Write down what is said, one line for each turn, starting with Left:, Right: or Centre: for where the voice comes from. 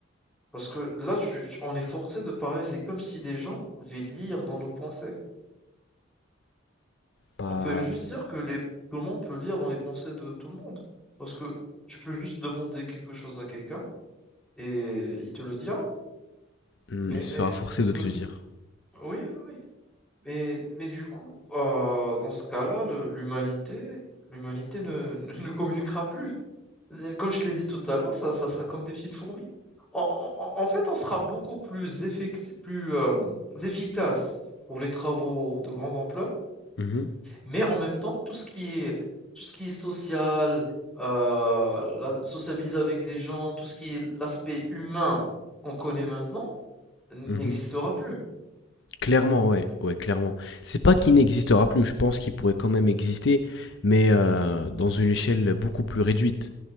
Centre: Parce que là, tu, tu- on est forcé de parler, c'est comme si des gens pouvaient lire dans nos pensées.
Left: Pas.
Centre: On peut juste dire que les, tout le monde peut lire dans les pensées de tout le monde. Parce que tu peux juste demander quelque chose à quelqu'un et il te le dira.
Left: Hmm,
Centre: Mais,
Left: Il sera
Centre: mais,
Left: forcé de
Centre: nous-
Left: te le dire.
Centre: oui, oui, oui. Mais, mais du coup, euh, dans ce cas-là, le- l'humanité, l'humanité ne, ne, <laughs> ne communiquera plus. Et Comme je te l'ai dit tout à l'heure, ça, ça sera comme des petites fourmis. En, en- en fait, on sera beaucoup plus effecti- plus euh, efficace pour les travaux de grande ampleur,
Left: Mhm,
Centre: mais en même temps, tout ce qui est, tout ce qui est social, euh, la, sociabiliser avec des gens, tout ce qui est l'aspect humain qu'on connaît maintenant, n-
Left: mhm.
Centre: n'existera plus.
Left: Clairement, ouais, ouais, clairement. C'est pas qu'il n'existera plus. Je pense qu'il pourrait quand même exister, mais euh, dans une échelle beaucoup plus réduite